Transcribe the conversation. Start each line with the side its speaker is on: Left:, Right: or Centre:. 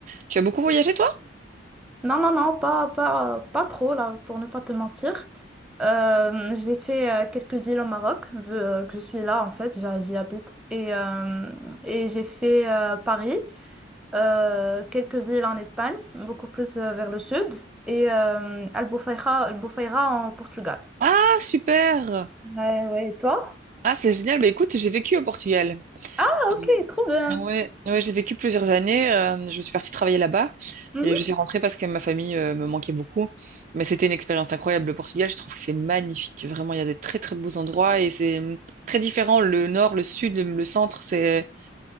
Right: Tu as beaucoup voyagé, toi?
Centre: Non, non, non, pas, pas, pas trop, là, pour ne pas te mentir. Euh, j'ai fait euh, quelques villes au Maroc, vu euh, que je suis là en fait, j'y j'y habite. Et, euh, et j'ai fait euh, Paris. euh, quelques villes en Espagne, beaucoup plus euh, vers le sud, et euh, Albufeira, Albufeira en Portugal.
Right: Ah, super!
Centre: Ouais, ouais, et toi?
Right: Ah, c'est génial. Bah, écoute, j'ai vécu au Portugal.
Centre: Ah,
Right: J'ai-
Centre: ok, trop bien.
Right: Ouais, ouais, j'ai vécu plusieurs années. euh, je suis partie travailler là-bas
Centre: Mhm.
Right: et je suis rentrée parce que ma famille euh, me manquait beaucoup. Mais c'était une expérience incroyable. Le Portugal, je trouve que c'est magnifique. Vraiment, il y a des très très beaux endroits et c'est hum, très différent. Le nord, le sud, le, le centre, c'est,